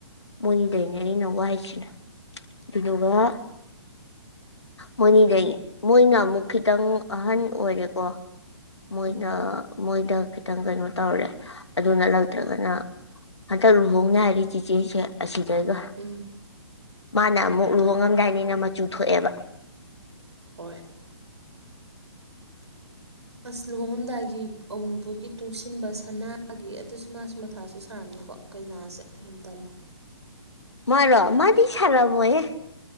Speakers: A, on the left (about 80°); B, on the right (about 80°).
A: ꯃꯣꯏꯅꯤꯗꯅꯦ ꯑꯩꯅ ꯋꯥꯏꯁꯤꯅ ꯑꯗꯨꯒ ꯋꯥ ꯃꯣꯏꯅꯤꯗꯩ ꯃꯣꯏꯅ ꯑꯃꯨꯛ ꯈꯤꯇꯪ ꯑꯍꯟ ꯑꯣꯏꯔꯦꯀꯣ ꯃꯣꯏꯅ
B: ꯎꯝ
A: ꯃꯣꯏꯗ ꯈꯤꯇꯪ ꯀꯩꯅꯣ ꯇꯧꯔꯦ ꯑꯗꯨꯅ ꯂꯛꯇ꯭ꯔꯒꯅ ꯍꯟꯗꯛ ꯂꯨꯍꯣꯡꯉ ꯍꯥꯏꯔꯤ ꯆꯦꯆꯦꯁꯦ ꯑꯁꯤ ꯀꯒ
B: ꯎꯝ
A: ꯃꯥꯅ ꯑꯃꯨꯛ ꯂꯨꯍꯣꯡꯉꯝꯗꯥꯏꯅꯤꯅ ꯃꯆꯨ ꯊꯣꯛꯑꯦꯕ
B: ꯍꯣꯏ ꯑꯁ ꯂꯨꯍꯣꯡꯡꯂꯝꯗꯥꯏꯒꯤ ꯑꯎꯟꯄꯣꯛꯒꯤ ꯇꯨꯡꯁꯤꯟꯕ ꯁꯅꯥꯒꯤ ꯑꯗꯨꯁꯨ ꯃꯥꯁꯨ ꯃꯊꯥꯁꯨ ꯁꯥꯔꯝꯅꯤꯀꯣ ꯀꯩꯅꯥꯁꯦ ꯀꯩꯇꯜꯜꯂꯤ
A: ꯃꯔ ꯃꯥꯗꯤ ꯁꯥꯥꯔꯃ ꯑꯦ